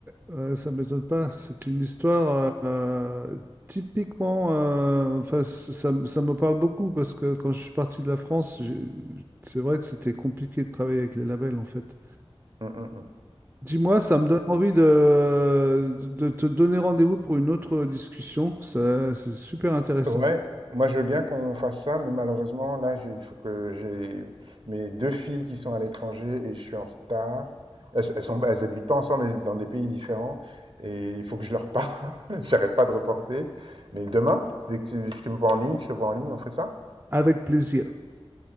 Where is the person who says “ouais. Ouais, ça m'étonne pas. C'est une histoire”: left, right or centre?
Right